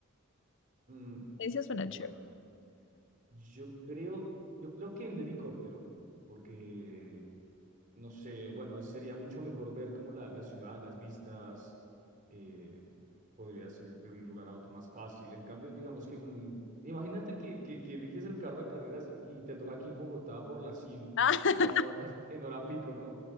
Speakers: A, on the right; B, on the left.
A: Mm,
B: Esa suena
A: bueno,
B: chévere.
A: Yo creo, yo creo que en helicóptero, porque no sé, bueno, es- sería mucho mejor ver como la, la ciudad, las vistas, eh, podrías ir de un lugar a otro más fácil. En cambio, digamos que con, imagínate que, que, que eliges el carro de carreras y te toca aquí en Bogotá por las 100
B: <laughs>
A: ahora en hora, <laughs> en hora pico, ¿no?